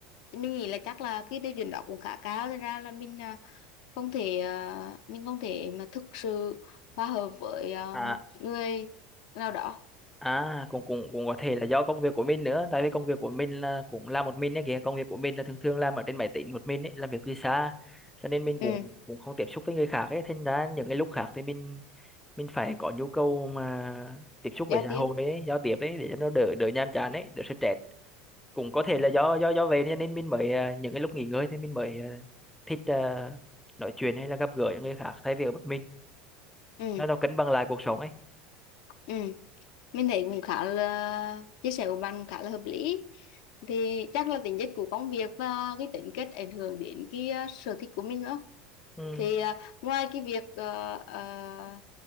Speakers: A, on the left; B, in the centre.
A: mình nghĩ là chắc là cái tiêu chuẩn đó cũng khá cao thành ra là mình à, không thể à, mình không thể mà thực sự hòa hợp với à,
B: à
A: một người nào đó
B: à cũng cũng cũng có thể là do công việc của mình nữa tại vì công việc của mình là cũng làm một mình ấy kìa công việc của mình là thường thường làm ở trên máy tính một mình ấy làm việc từ xa cho nên mình cũng
A: ừ
B: cũng không tiếp xúc với người khác ấy thành ra những cái lúc khác thì mình mình phải có nhu cầu mà tiếp xúc với
A: giao tiếp
B: xã hội ấy giao tiếp ấy để cho nó đỡ đỡ nhàm chán ấy đỡ stress cũng có thể là do do do vậy cho nên mình mới à, những cái lúc nghỉ ngơi thì mình mới à, thích à, nói chuyện hay là gặp gỡ những người khác thay vì ở một mình
A: ừ
B: nó nó cân bằng lại cuộc sống ấy
A: ừ mình thấy cũng khá là chia sẻ của bạn cũng khá là hợp lý thì chắc là tính chất của công việc và cái tính cách ảnh hưởng đến cái à, sở thích của mình nữa
B: ừ.
A: thì à, ngoài cái việc ờ, ờ,